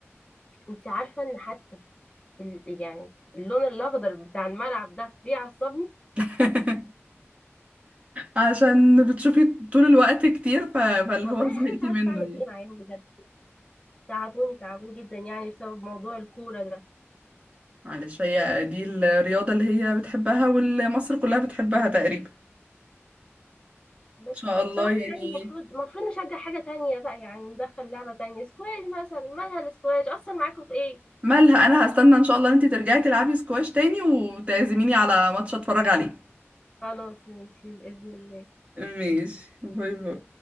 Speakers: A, on the left; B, on the right.
A: انت عارفة ان حتى ال- يعني اللون الاخضر بتاع الملعب ده بيعصبني
B: <laughs> عشان بتشوفي طول الوقت كتير ف... فاللي
A: والله
B: هو زهقتي
A: انا مش عارفه
B: منه
A: اعمل
B: يعني
A: ايه معاهم بجد تعبوني تعبوني جدا يعني بسبب موضوع الكوره ده
B: معلش هي دي الرياضة اللي هي بتحبها والمصر كلها بتحبها تقريبا ان
A: بس
B: شاء الله
A: بصراحه
B: يعني
A: يعني المفروض المفروض نشجع حاجه تانية بقى يعني ندخل لعبه تانية سكواش مثلا مالها السكواش اصلا معاكم في ايه
B: مالها انا هستنى ان شاء الله انتي ترجعي تلعبي سكواش تاني وتعزميني على ماتش اتفرج عليه
A: خلاص ماشي باذن الله
B: ماشي باي باي